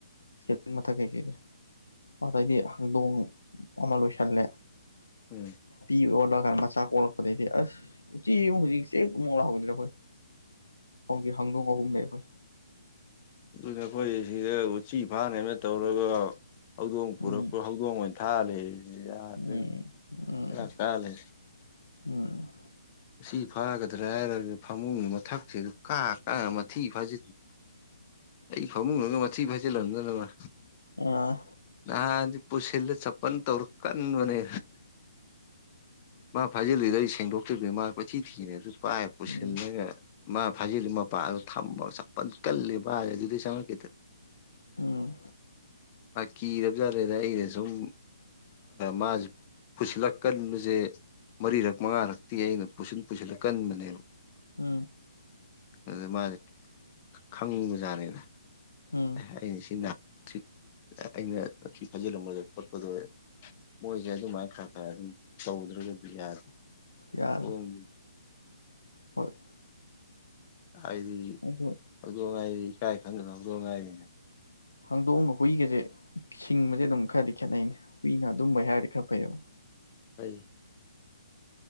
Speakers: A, on the left; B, on the left.
A: ꯁꯤ ꯃꯊꯛ ꯀꯩꯀꯩꯗꯤ ꯑꯗꯏꯗꯤ ꯍꯥꯡꯗꯣꯡ ꯑꯃ ꯂꯣꯏꯁꯜꯂꯦ
B: ꯎꯝ
A: ꯑꯣꯜꯂꯛꯀꯥꯟꯗ ꯃꯆꯥ ꯀꯣꯛꯂꯛꯄꯗꯩꯗꯤ ꯑꯁ ꯎꯆꯦꯛ ꯍꯧꯖꯤꯛ ꯆꯦ ꯀꯃꯣꯛ ꯂꯥꯛꯍꯧꯗꯔ ꯑꯩꯈꯣꯏ ꯍꯣꯡꯒꯤ ꯍꯥꯡꯗꯣꯡ ꯑꯍꯨꯝ ꯂꯩ ꯑꯩꯈꯣꯏ
B: ꯑꯗꯨꯅ ꯑꯩꯈꯣꯏ ꯁꯤꯗ ꯎꯆꯤ ꯐꯥꯅꯦꯅ ꯇꯧꯔꯒ ꯍꯧꯗꯣꯡ ꯄꯨꯔꯛꯄ
A: ꯎꯝ
B: ꯍꯧꯗꯣꯡ ꯑꯣꯏꯅ ꯊꯥꯜꯂꯤ ꯌꯗꯦꯗꯥ
A: ꯎꯝ ꯎꯝ
B: ꯕꯦꯔꯥ ꯀꯔꯒꯥ ꯂꯩꯔꯝꯃꯤ
A: ꯎꯝ
B: ꯁꯤ ꯐꯥꯒꯗ꯭ꯔꯦ ꯍꯥꯏꯔꯒ ꯐꯃꯨꯡꯗꯨ ꯃꯊꯛꯁꯤ ꯑꯗꯨ ꯀꯥ ꯀꯥ ꯃꯊꯤ ꯐꯥꯖꯤꯜꯂꯤ ꯑꯩ ꯐꯃꯨꯡꯗꯨꯒ ꯃꯊꯤ ꯐꯩꯖꯤꯜꯂꯝꯗꯃ
A: ꯑꯥ
B: ꯅꯍꯥꯟꯗꯤ ꯄꯨꯁꯤꯜꯂ ꯁꯄꯟ ꯇꯧꯔ ꯀꯟꯕꯅꯦ ꯃꯥ ꯐꯥꯖꯤꯂꯨꯗꯣꯏ ꯁꯦꯡꯗꯣꯛ ꯕꯃꯥ ꯀꯣꯏꯊꯤ ꯊꯤꯔꯦ ꯑꯗꯨ ꯄꯥꯏ ꯄꯨꯁꯤꯜꯂꯒ
A: ꯎꯝ
B: ꯃꯥ ꯐꯥꯖꯤꯜꯂꯤ ꯃꯄꯥꯗ ꯊꯝꯕꯄꯟ ꯀꯜꯂꯦ ꯃꯥꯁꯦ ꯑꯗꯨꯩ ꯆꯪꯉꯛꯀꯦꯗ
A: ꯎꯝ
B: ꯀꯤꯗꯕ ꯖꯥꯠꯗꯦꯗ ꯑꯩꯅ ꯁꯨꯝ ꯃꯥꯁꯨ ꯄꯨꯁꯤꯜꯂꯛ ꯀꯟꯕꯁꯦ ꯃꯔꯤꯔꯛ ꯃꯉꯥꯔꯛꯇꯤ ꯑꯩꯅ ꯄꯨꯁꯤꯟ ꯄꯨꯁꯤꯜꯂꯛ ꯀꯟꯕꯅꯦꯕ
A: ꯎꯝ
B: ꯑꯗꯨ ꯃꯥꯅꯤ ꯑꯪꯕꯖꯥꯠꯅꯤꯗ
A: ꯎꯝ
B: ꯑꯩꯩꯅ ꯁꯤ ꯑꯩꯅ ꯊꯤ ꯐꯥꯖꯤꯜꯂꯝꯕꯗꯣ ꯈꯣꯠꯄꯗꯣ ꯃꯣꯏꯁꯦ ꯑꯗꯨꯃꯥꯏꯅ ꯈꯔ ꯈꯔ ꯑꯗꯨꯝ ꯇꯧꯗ ꯌꯥꯗ
A: ꯌꯥꯔꯦ
B: ꯎꯝ
A: ꯍꯣꯏ
B: ꯍꯥꯏꯗꯤ
A: ꯑꯗꯨ
B: ꯍꯧꯗꯣꯡ ꯉꯥꯏꯔꯤ ꯏꯀꯥꯏ ꯈꯪꯗꯅ ꯍꯧꯗꯣꯡ ꯉꯥꯏꯔꯤꯅꯦ
A: ꯍꯥꯡꯗꯣꯡꯑꯒ ꯍꯨꯏꯒꯁꯦ ꯁꯤꯡꯕꯁꯦ ꯑꯗꯨꯝ ꯈꯔꯗꯤ ꯈꯦꯠꯅꯩꯅꯦ ꯍꯨꯏꯅ ꯑꯗꯨꯝꯕꯩ ꯍꯥꯏꯔꯗꯤ ꯈꯔ ꯐꯩꯕ
B: ꯑꯩ